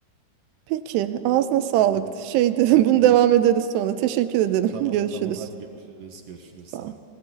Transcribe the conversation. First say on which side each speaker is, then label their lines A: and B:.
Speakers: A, on the right (about 80°); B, on the right (about 65°).
A: Peki, ağzına sağlık.
B: Tamam.
A: Şeydi,
B: Senin
A: <laughs> bunu devam
B: de.
A: ederiz sonra. Teşekkür ederim.
B: Tamam,
A: <laughs> Görüşürüz.
B: tamam. Hadi görüşürüz, görüşürüz.
A: Sağ
B: Sağ
A: ol.
B: ol.